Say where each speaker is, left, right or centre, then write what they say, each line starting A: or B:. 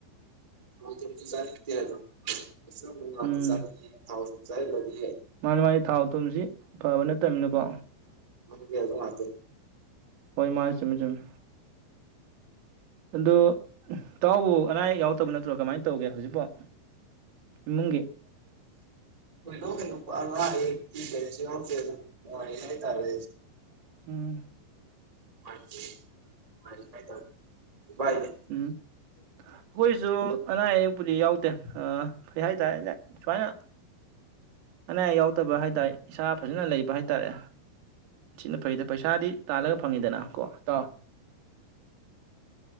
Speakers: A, on the right; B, on the right.
A: ꯍ ꯆꯔ ꯆ
B: ꯎꯝ
A: ꯊꯥꯎ ꯆꯥꯏ
B: ꯃꯥꯅꯤ ꯃꯥꯅꯤ ꯊꯥꯎ ꯊꯨꯝꯁꯤ ꯐꯕ ꯅꯠꯇꯃꯤꯅꯀꯣ
A: ꯑꯗꯨ ꯑꯗꯨ ꯃꯥ
B: ꯍꯣꯏ ꯃꯥ ꯆꯨꯝꯃꯦ ꯆꯨꯝꯃꯦ ꯑꯗꯨ ꯇꯥꯎꯕꯨ ꯑꯅꯥ ꯑꯌꯦꯛ ꯌꯥꯎꯛꯇꯕ ꯅꯠꯇ꯭ꯔꯣ ꯀꯃꯥꯏꯅ ꯇꯧꯒꯦ ꯍꯧꯖꯤꯛꯐꯥꯎ ꯏꯃꯨꯡꯒꯤ
A: ꯃꯣꯏꯅ ꯀꯩꯅꯣ ꯋꯥ ꯀꯁꯤ ꯑꯣꯦ ꯑꯗꯨ ꯇꯥꯔꯦ
B: ꯎꯝ
A: <unintelligible> <unintelligible> ꯏ
B: ꯎꯝ ꯑꯩꯈꯣꯏꯁꯨ ꯑꯅꯥ ꯑꯌꯦꯛꯄꯨꯗꯤ ꯌꯥꯎꯗꯦ ꯐꯩ ꯍꯥꯏ ꯇꯥꯔꯦ ꯁꯨꯃꯥꯏꯅ ꯑꯅꯥ ꯑꯌꯦꯛ ꯌꯥꯎꯗꯕ ꯍꯥꯏ ꯇꯥꯔꯦ ꯏꯁꯥ ꯐꯖꯅ ꯂꯩꯕ ꯍꯥꯏ ꯇꯥꯔꯦ ꯁꯤꯅ ꯐꯩꯗ ꯄꯩꯁꯥꯗꯤ ꯇꯥꯜꯂꯒ ꯐꯪꯉꯤꯗꯅ ꯀꯣ ꯇꯥꯎ꯫